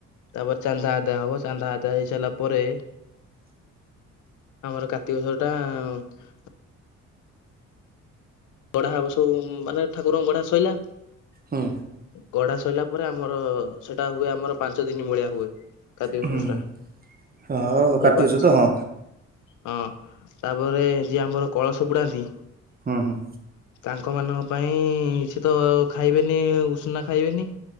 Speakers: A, on the left; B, on the right.
A: ତାପରେ ଚାନ୍ଦା ଆଦାୟ ହବ ଚାନ୍ଦା ଆଦାୟ ହେଇସାରିଲା ପରେ ଆମର କାର୍ତ୍ତିକସର ଟା ଗଢ଼ା ହବ ସବୁ ମାନେ ଠାକୁରଙ୍କ ଗଢ଼ା ଶଇଲା।
B: ହୁଁ
A: ଗଢା ସୋଇଲା ପରେ ଆମର ସେଟା ହୁଏ ଆମର ପାଞ୍ଚ ଦିନ ମଳିଆ ହୁଏ <unintelligible>
B: ହୁଁ ହୁଁ ହଁ ହଉ
A: ସେଇ
B: କାଟି
A: ପାଞ୍ଚ
B: ଅଛୁ ତ ହଁ।
A: ହଁ ତାପରେ ଯିଏ ଆମର କଳସ ବୁଡ଼ାନ୍ତି
B: ହୁଁ ହୁଁ।
A: ତାଙ୍କ ମାନଙ୍କ ପାଇଁ ସେ ତ ଖାଇବେନି ଉଶ୍ନା ଖାଇବେନି